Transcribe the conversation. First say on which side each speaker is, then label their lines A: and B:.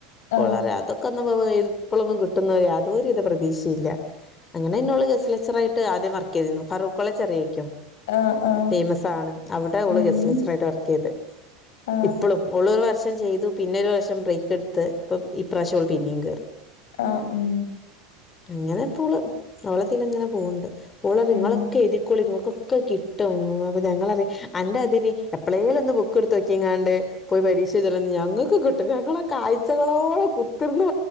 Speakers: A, on the left; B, on the left.
A: ആ,
B: വളരാതൊക്കെ ഒന്ന് ഇപ്പോഴൊന്നും കിട്ടുന്നവ യാതോ ഒരു ഇത് പ്രതീക്ഷയില്ല അങ്ങനെന്നോള് ഗസലെച്ചറായിട്ട് ആദ്യം വർക്ക് ചെയ്തി ഫാറൂഖ്കോളേജ് ആറിയക്കോ
A: ആ, ആ,
B: ഫേമസ് ആണ് അവിടെ അവള്
A: ഉം,
B: ഗസ്ലച്ചറായിട്ട് വർക്ക് ചെയ്ത്
A: ആ,
B: ഇപ്പോളും ഉള്ളരു വർഷം ചെയ്തു പിന്നെ ഒരു വർഷം ബ്രേക്ക് എടുത്ത് ഇപ്പം ഈ പ്രാവശ്യംൾ പിന്നെയും കേറി
A: ആ ഉം
B: അങ്ങനെപ്പോള് അവളതിലങ്ങനെ പോകണ്ട് അവള്
A: ഉം.
B: ഇങ്ങളൊക്കെ എതിരിക്കോള ഇങ്ങൾക്ക് കിട്ടും അപ്പം ഞങ്ങളറിയ അന്റെ തിരി എപ്പഴേല ഒന്ന് ബുക്ക് എടുത്ത് വയ്ക്കങ്ങ പോയി പരീഷാ ചെയത ഞങ്ങൾക്ക് കിട്ട ഞങ്ങളെ ആഴ്ചകളോള കുത്തിർന്ന്